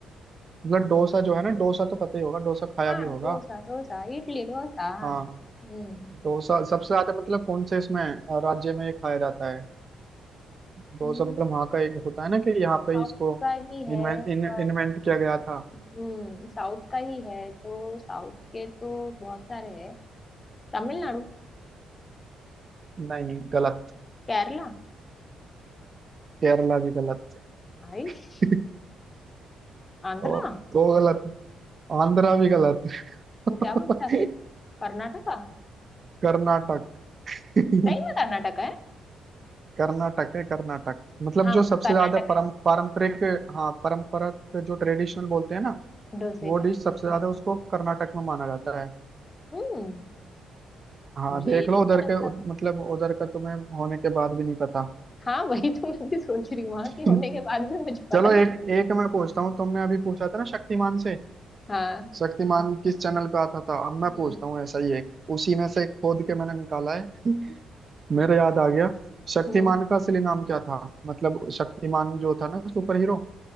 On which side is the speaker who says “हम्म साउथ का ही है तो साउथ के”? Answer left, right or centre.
Left